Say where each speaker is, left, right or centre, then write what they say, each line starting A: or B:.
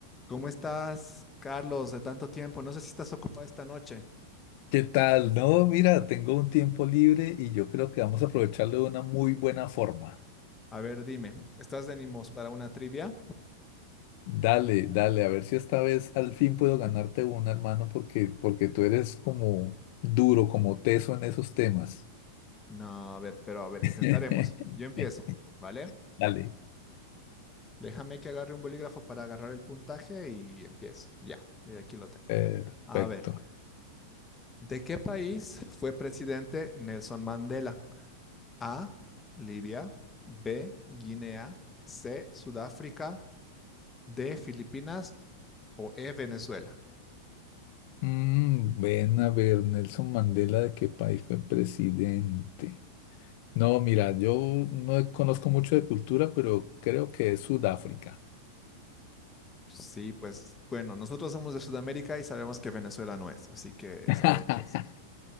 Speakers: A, on the left (about 15°); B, on the left (about 50°).
A: ¿Cómo estás, Carlos, de tanto tiempo? No sé si estás ocupado esta noche.
B: ¿Qué tal? No, mira, tengo un tiempo libre y yo creo que vamos a aprovecharlo de una muy buena forma.
A: A ver, dime, ¿estás de ánimos para una trivia?
B: Dale, dale, a ver si esta vez al fin puedo ganarte una, hermano, porque, porque tú eres como duro, como teso en esos temas.
A: No, a ver, pero a ver,
B: <laughs>
A: intentaremos. Yo empiezo, ¿vale?
B: Dale.
A: Déjame que agarre un bolígrafo para agarrar el puntaje y empiezo. Ya, y aquí lo tengo.
B: Perfecto.
A: A ver, ¿de qué país fue presidente Nelson Mandela? A, Libia, B, Guinea, C, Sudáfrica, D, Filipinas o E, Venezuela.
B: Mm, ven a ver, Nelson Mandela, ¿de qué país fue presidente? No, mira, yo no conozco mucho de cultura, pero creo que es Sudáfrica.
A: Sí, pues bueno, nosotros somos de Sudamérica y sabemos que Venezuela no es, así que
B: <laughs>
A: sabemos eso.